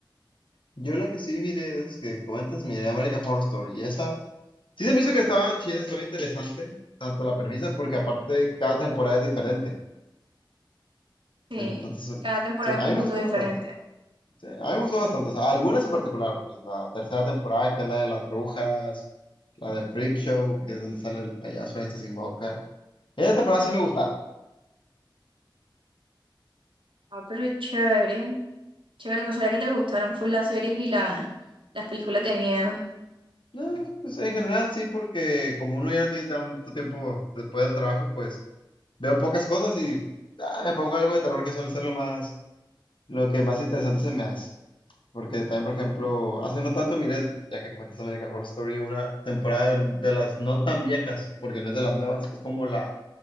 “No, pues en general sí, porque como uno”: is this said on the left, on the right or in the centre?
Left